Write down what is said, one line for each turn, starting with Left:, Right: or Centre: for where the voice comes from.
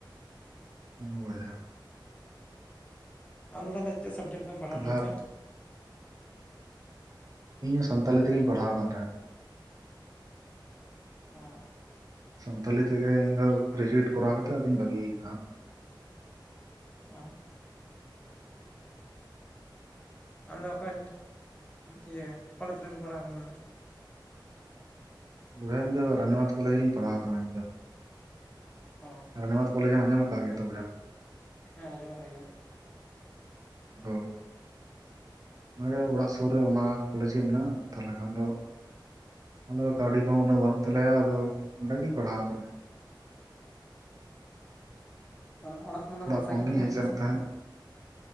Right: ᱵᱚᱭᱦᱟ
Left: ᱟᱢᱫᱚ ᱛᱟᱦᱚᱞᱮ ᱪᱮᱫ ᱥᱟᱵᱡᱮᱠᱴ ᱛᱮᱢ ᱯᱟᱲᱦᱟᱣᱱᱟ
Right: ᱛᱟᱦᱚᱞᱮ
Left: ᱵᱚᱭᱦᱟ
Right: ᱤᱧ ᱦᱚᱸ ᱥᱟᱱᱛᱟᱞᱤ ᱛᱮᱜᱤᱧ ᱯᱟᱲᱦᱟᱣ ᱟᱠᱟᱱ ᱛᱟᱦᱮᱸᱜ
Left: ᱦᱸ
Right: ᱥᱟᱱᱛᱟᱞᱤ ᱛᱮᱜᱮ ᱤᱧ ᱫᱚ ᱜᱨᱮᱡᱩᱭᱮᱴ ᱠᱚᱨᱟᱣ ᱠᱟᱛᱮᱜ ᱟᱫᱚᱧ ᱵᱟᱹᱜᱤᱭ ᱠᱟᱜᱼᱟ
Left: ᱟᱨ ᱟᱢᱫᱚ ᱚᱠᱟ ᱤᱭᱟᱹ ᱠᱚᱞᱮᱡᱽ ᱨᱮᱢ ᱯᱟᱲᱦᱟᱣᱱᱟ
Right: ᱵᱚᱭᱦᱮ ᱤᱧ ᱫᱚ ᱨᱟᱱᱤᱣᱟᱷ ᱠᱚᱞᱮᱡᱽ ᱨᱤᱧ ᱯᱟᱲᱦᱟᱣ ᱟᱠᱟᱱᱟ ᱤᱧ ᱫᱚ
Left: ᱦᱮᱸ
Right: ᱨᱟᱱᱤᱵᱟᱸᱫᱽ ᱠᱚᱞᱮᱡᱽ ᱢᱟ ᱧᱟᱢᱠᱟᱟᱜ ᱜᱮᱭᱟ ᱛᱚ ᱵᱚᱭᱦᱟ
Left: ᱦᱮᱸ ᱟᱸᱡᱚᱢ ᱦᱩᱭᱠᱟᱱᱟ
Right: <unintelligible> ᱦ ᱚᱱᱟᱜᱮ ᱚᱲᱟᱜ ᱥᱩᱨ ᱨᱮ ᱚᱱᱟ ᱠᱚᱞᱮᱡᱽ ᱜᱮ ᱢᱮᱱᱟᱜᱼᱟ ᱛᱟᱦᱚᱞᱮ ᱠᱷᱟᱱ ᱫᱚ ᱟᱞᱮ ᱠᱟᱹᱣᱰᱤ ᱠᱚᱦᱚᱸ ᱩᱱᱟᱹᱜ ᱵᱟᱹᱱᱩᱜ ᱛᱟᱞᱮᱭᱟ ᱟᱫᱚ ᱚᱸᱰᱮ ᱜᱤᱧ ᱯᱟᱲᱦᱟᱣ ᱠᱟᱱᱟ
Left: ᱚ ᱚᱲᱟᱜ ᱠᱷᱚᱱᱟᱜ ᱫᱚ ᱢᱟᱱᱮ ᱥᱟᱭᱠᱮᱞ
Right: ᱠᱷᱚᱱ ᱜᱤᱧ
Left: ᱛᱮᱜᱮᱢ
Right: ᱦᱮᱡ
Left: ᱦᱤᱡᱩᱜ ᱥᱮᱱᱚᱜ
Right: ᱛᱟᱦᱮᱸᱫ
Left: ᱛᱮ ᱦᱮᱸ